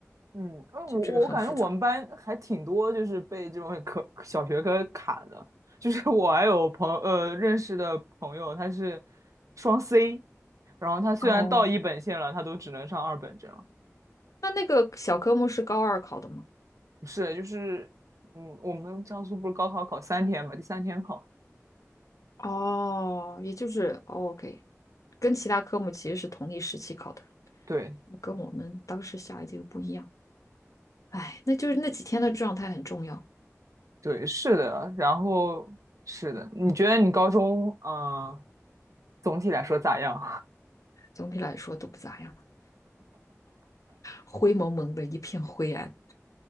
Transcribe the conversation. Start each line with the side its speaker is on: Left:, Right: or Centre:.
Right: 嗯，呃我我感觉我们班还挺多，
Left: 就这个很复杂。
Right: 就是被这种科小学科卡的。就是 <laughs> 我还有朋呃认识的朋友，他是双 C，然后他虽然到一本线了，
Left: 哦，
Right: 他都只能上二本这样。
Left: 那那个小科目是高二考的吗？
Right: 不是，就是嗯，我们江苏不是高考考三天嘛，第三天考。
Left: 哦，也就是哦，OK，跟其他科目其实是同一时期考的。
Right: 对
Left: 跟我们当时下一届又不一样。哎，那就是那几天的状态很重要，
Right: 对，是的。然后是的，你觉得你高中嗯、呃总体来说咋样？
Left: 总体来说都不咋样，灰蒙蒙的一片灰暗。